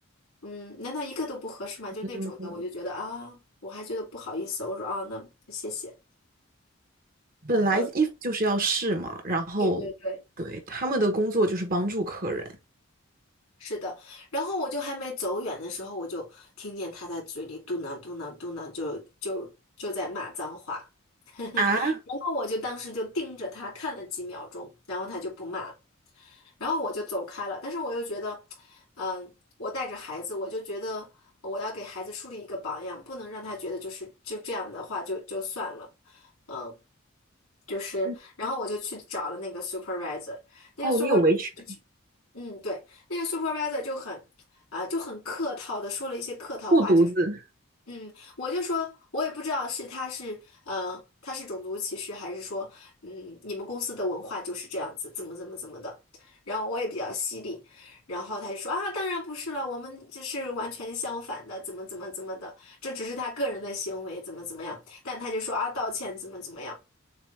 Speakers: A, on the left; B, on the right.
A: 嗯，难道一个都不合适吗？就那种的，
B: 嗯，
A: 我就觉得啊，我还觉得不好意思，我说啊，那谢谢，
B: 本来衣服就是要试嘛，
A: 嗯，
B: 然后对，
A: 对对对。
B: 他们的工作就是帮助客人。
A: 是的，然后我就还没走远的时候，我就听见他在嘴里嘟囔嘟囔嘟囔，就就就在骂脏话，<laughs> 然后我就当时就盯着他看了几秒钟，
B: 啊，
A: 然后他就不骂了，然后我就走开了。但是我又觉得，嗯，我带着孩子，我就觉得我要给孩子树立一个榜样，不能让他觉得就是就这样的话就就算了，嗯，就是，
B: 嗯
A: 然后我就去找了那个 supervisor，那个
B: 哦，
A: supervisor。
B: 你有维权，
A: 嗯，对，那个 supervisor 就很，呃，就很客套的说了一些客套话，
B: 护犊子。
A: 就是，嗯，我就说，我也不知道是他是，呃，他是种族歧视，还是说，嗯，你们公司的文化就是这样子，怎么怎么怎么的，然后我也比较犀利，然后他就说啊，当然不是了，我们这是完全相反的，怎么怎么怎么的，这只是他个人的行为，怎么怎么样，但他就说啊，道歉怎么怎么样。